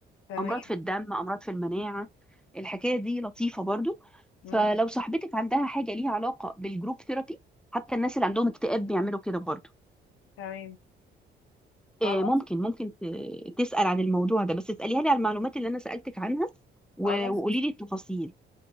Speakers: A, on the left; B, in the centre.
A: تمام
B: امراض في الدم امراض في المناعه الحكايه دي لطيفه برضو
A: مم.
B: فلو صاحبتك عندها حاجه ليها علاقه بالجروب ثيرابي حتى الناس اللي عندهم اكتئاب بيعملوا كده برضو
A: تمام خلاص
B: آه، ممكن ممكن ت- تسال عن الموضوع ده بس اساليها لي على المعلومات اللي انا سالتك عنها و-
A: خلاص
B: وقولي لي التفاصيل